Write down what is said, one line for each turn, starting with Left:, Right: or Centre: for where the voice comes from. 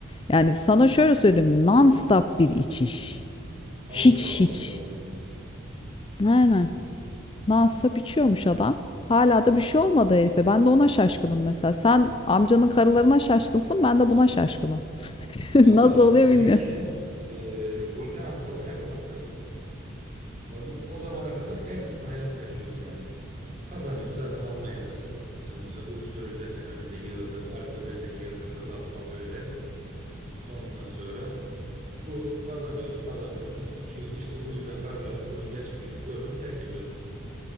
Left: Yani sana şöyle söyleyeyim. Non-stop bir içiş. Hiç
Right: Allah
Left: hiç.
Right: Allah.
Left: Aynen. Non-stop içiyormuş adam. Hala da bir şey olmadı herife. Ben de ona şaşkınım mesela. Sen amcanın karılarına şaşkınsın, ben de buna şaşkınım. <laughs>
Right: Valla
Left: Nasıl oluyor
Right: bizimki
Left: bilmiyorum.
Right: e, gluten hastalığına yakalandı. Onu- O zamana kadar en hızlı hayat yaşıyordu yani. Kazanıyordu zaten Almanya'dasın. Ondan sonra uyuşturucu desen önünde yığılı, alkol desen yığılı, club pub öyle. Ondan sonra Bu kazanıyordu, kazandığını içiyordu. İşte bu yüzden karılar da bunun gerçek yüzünü gördü mü terk ediyordu.